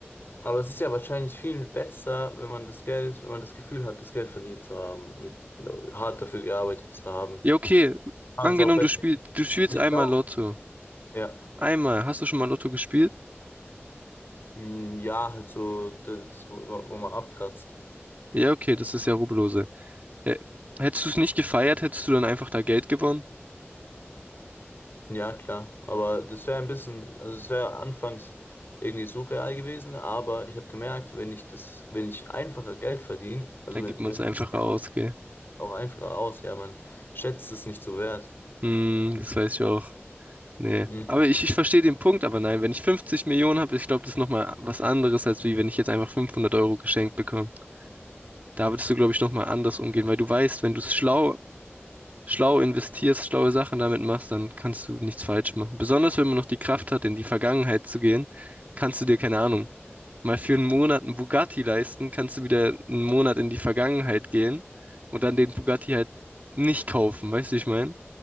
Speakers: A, on the left; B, on the right.
A: Aber es ist ja wahrscheinlich viel besser, wenn man das Geld, wenn man das Gefühl hat, das Geld verdient zu haben und hart dafür gearbeitet zu haben.
B: Ja, okay.
A: Kann
B: Angenommen,
A: man es auch besser.
B: du spielst, du spielst
A: Ich
B: einmal
A: glaube.
B: Lotto.
A: Ja.
B: Einmal. Hast du schon mal Lotto gespielt?
A: Hm, Ja, halt so, das, wo, wo man abkratzt.
B: Ja, okay, das ist ja Rubbellose. Hä- Hättest du es nicht gefeiert, hättest du dann einfach da Geld gewonnen?
A: Ja, klar. Aber das wäre ein bisschen, also es wäre anfangs irgendwie surreal gewesen, aber ich habe gemerkt, wenn ich das, wenn ich einfacher Geld verdiene, also
B: Da gibt
A: wenn,
B: man
A: wenn
B: es einfach
A: es
B: aus, gell?
A: auch einfacher aus, ja, man schätzt es nicht so wert.
B: Hm, das weiß ich auch. Nee.
A: Hm,
B: Aber ich, ich verstehe den Punkt, aber nein, wenn ich 50 Millionen habe, ich glaube, das ist nochmal was anderes, als wie wenn ich jetzt einfach 500 Euro geschenkt bekomme. Da würdest du, glaube ich, nochmal anders umgehen, weil du weißt, wenn du es schlau schlau investierst, schlaue Sachen damit machst, dann kannst du nichts falsch machen. Besonders wenn man noch die Kraft hat, in die Vergangenheit zu gehen, kannst du dir, keine Ahnung, mal für einen Monat einen Bugatti leisten, kannst du wieder einen Monat in die Vergangenheit gehen und dann den Bugatti halt nicht kaufen, weißt du, wie ich meine?